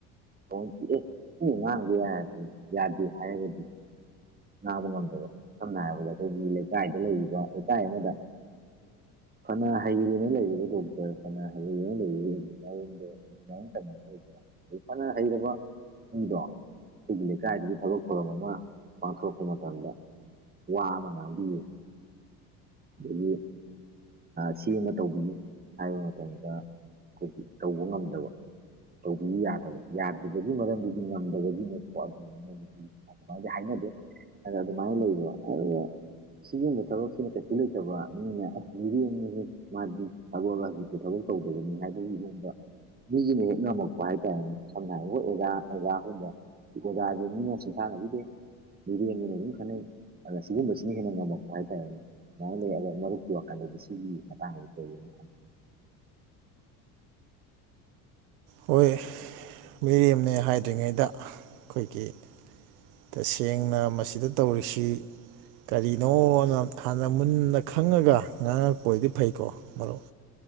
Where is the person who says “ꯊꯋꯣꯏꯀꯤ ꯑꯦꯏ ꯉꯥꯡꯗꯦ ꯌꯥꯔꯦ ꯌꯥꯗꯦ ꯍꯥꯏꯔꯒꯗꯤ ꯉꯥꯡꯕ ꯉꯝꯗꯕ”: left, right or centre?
Right